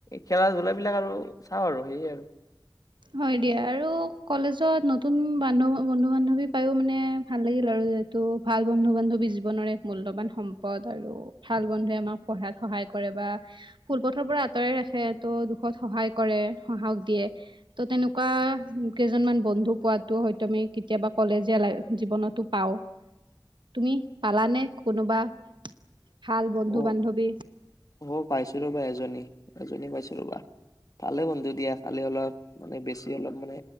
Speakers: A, on the left (about 50°); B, on the right (about 85°).
A: খেলা- ধূলা বিলাক আৰু চাওঁ আৰু সেইয়াই আৰু।
B: হয় দিয়া। আৰু কলেজত নতুন বান্ধ, বন্ধু-বান্ধৱী পায়ো মানে ভাল লাগিল আৰু যিহেটো ভাল বন্ধু-বান্ধৱী জীৱনৰ এক মূল্যবান সম্পদ। আৰু ভাল বন্ধুৱে আমাক পঢ়াত সহায় কৰে বা ভূল পথৰ পৰা আঁতৰাই ৰাখে ত' দুখত সহায় কৰে সাহস দিয়ে। ত' তেনেকোৱা কেইজনমান বন্ধু পোৱাতো হয়তো আমি কেতিয়াবা কলেজীয়া জীৱনতো পাওঁ। তুমি পালানে কোনোবা- ভাল বন্ধু
A: অ
B: বান্ধৱী
A: অ পাইছিলো ৰবা এজনী। এজনীয়ে পাইছো ৰবা ভালে বন্ধু দিয়া। খালি অলপ মানে বেছি, অলপ মানে